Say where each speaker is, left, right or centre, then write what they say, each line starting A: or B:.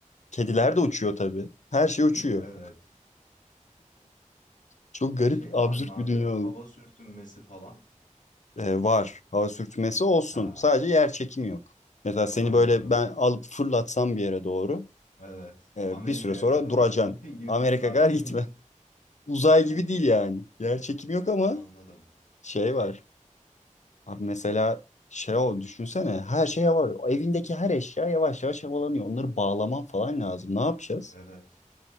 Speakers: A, on the left; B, on the left.
A: Kediler de uçuyor tabii. Her şey uçuyor.
B: Evet.
A: Çok
B: E,
A: garip,
B: Şey
A: absürt
B: var mı abi?
A: bir dünya
B: Hava
A: oldu.
B: sürtünmesi falan.
A: Ee, var. Hava sürtünmesi olsun.
B: Ha,
A: Sadece yer çekimi yok. Mesela seni
B: anladım.
A: böyle ben alıp fırlatsam bir yere doğru
B: Evet.
A: e,
B: Amerika'ya
A: bir süre sonra
B: kadar
A: duracaksın.
B: abi. <laughs> 20
A: Amerika
B: saat
A: kadar
B: boyunca.
A: gitme. <laughs> Uzay
B: <laughs>
A: gibi değil yani. Yer çekimi yok ama
B: Anladım.
A: şey var. Abi mesela şey o düşünsene her şey var. Evindeki her eşya yavaş yavaş havalanıyor. Onları bağlaman falan lazım. Ne yapacağız?
B: Evet.